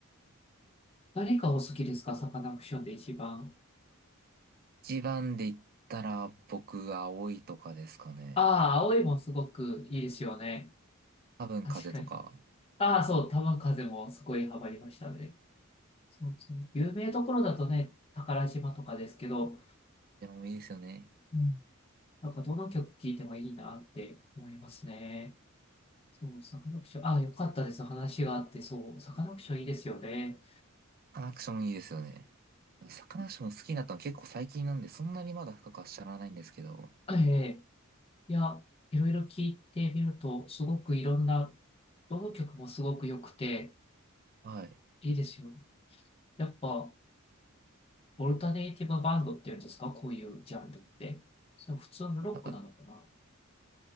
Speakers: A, on the left (about 30°); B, on the right (about 45°).
A: 何がお好きですかサカナクションで一番。
B: 一番で言ったら僕、青いとかですかね。
A: ああ、青いもすごくいいですよね。
B: 多分風とか。
A: 確かに。ああ、そう、玉風もすごいハマりましたね。そうそう。有名どころだとね、宝島とかですけど、
B: でもいいですよね。
A: うんなんかどの曲聴いてもいいなって思いますね。そう、サカナクション。あ、よかったです。話があって、そう、サカナクションいいですよね。
B: サカナクションいいですよね。サカナクション好きになったの結構最近なんで、そんなにまだ深くは知らないんですけど。
A: ええ、いや、いろいろ聞いてみると、すごくいろんな、どの曲もすごく良くて、
B: はい。
A: いいですよね。やっぱ、オルタネイティブバンドっていうんですかこういうジャンルって。その普通のロックなのかな
B: なんか、